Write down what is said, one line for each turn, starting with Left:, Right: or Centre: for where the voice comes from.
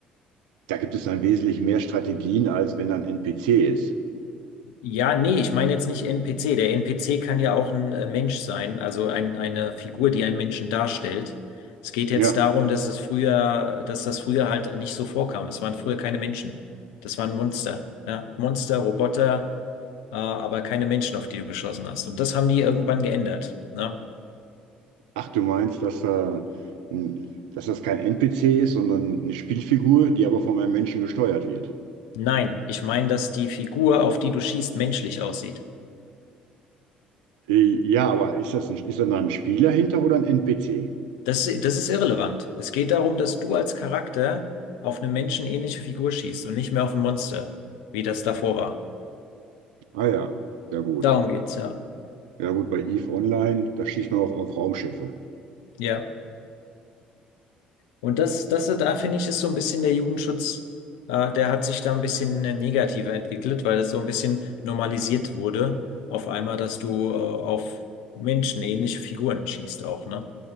Right: da gibt es dann wesentlich mehr Strategien, als wenn da ein NPC ist.
Left: Ja, nee, ich meine jetzt nicht NPC. Der NPC kann ja auch ein äh, Mensch sein, also ein, eine Figur, die einen Menschen darstellt. Es geht jetzt
Right: Ja,
Left: darum, dass es früher, dass das früher halt nicht so vorkam. Es waren früher keine Menschen. Das waren Monster. Ja? Monster, Roboter, äh, aber keine Menschen, auf die du geschossen hast. Und das haben die irgendwann geändert. Ne?
Right: ach, du meinst, dass, äh, n- dass das kein NPC ist, sondern eine Spielfigur, die aber von einem Menschen gesteuert wird.
Left: Nein, ich meine, dass die Figur, auf die du schießt, menschlich aussieht.
Right: Äh, Ja, aber ist das ein, ist da ein Spieler hinter oder ein NPC?
Left: Das ist, das ist irrelevant. Es geht darum, dass du als Charakter auf eine menschenähnliche Figur schießt und nicht mehr auf ein Monster, wie das davor war.
Right: Ah ja, ja gut.
Left: Darum geht's, ja.
Right: Ja gut, bei EVE Online, da schießt man auf, auf Raumschiffe.
Left: Ja. Und das, das, da finde ich, ist so ein bisschen der Jugendschutz, äh, der hat sich da ein bisschen äh, negativer entwickelt, weil das so ein bisschen normalisiert wurde, auf einmal, dass du, äh, auf menschenähnliche Figuren schießt auch, ne?